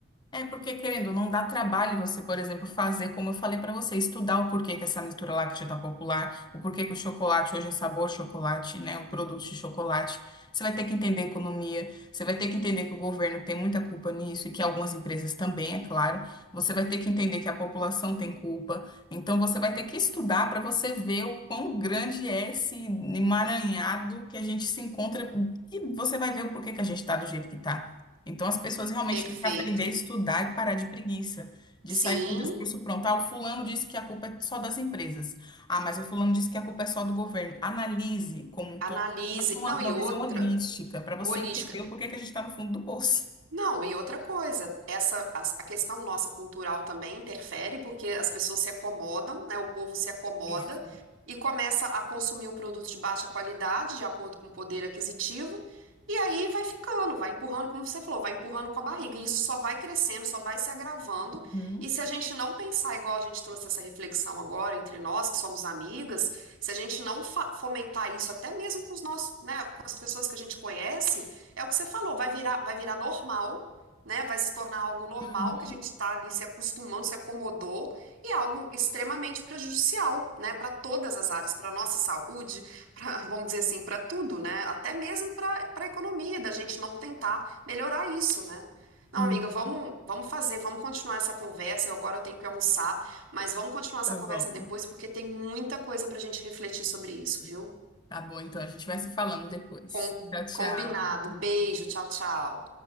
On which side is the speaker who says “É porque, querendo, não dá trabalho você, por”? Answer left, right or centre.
Left